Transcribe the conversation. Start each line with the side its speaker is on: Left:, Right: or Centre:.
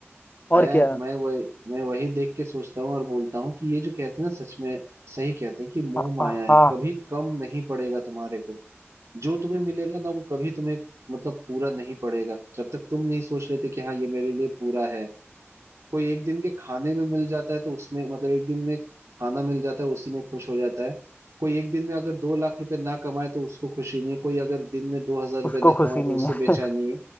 Left: और
Right: मैं
Left: क्या
Right: मैं वही मैं वही देख के सोचता हूँ और बोलता हूँ कि ये जो कहते हैं ना सच में सही कहते हैं कि मोह
Left: हाँ
Right: माया
Left: हाँ
Right: है
Left: हाँ,
Right: कभी कम नहीं पड़ेगा तुम्हारे को जो तुम्हें मिलेगा ना वो कभी तुम्हें मतलब पूरा नहीं पड़ेगा जब तक तुम नहीं सोच लेते कि हाँ ये मेरे लिए पूरा है कोई एक दिन के खाने में मिल जाता है तो उसमें मतलब एक दिन में खाना मिल जाता है उसी में खुश हो जाता है कोई एक दिन में अगर दो लाख रुपए ना कमाए तो उसको खुशी नहीं है कोई अगर दिन में दो हजार रुपये
Left: उसको
Right: ना
Left: खुशी
Right: कमाए
Left: नहीं
Right: तो उससे बेचैनी
Left: है
Right: है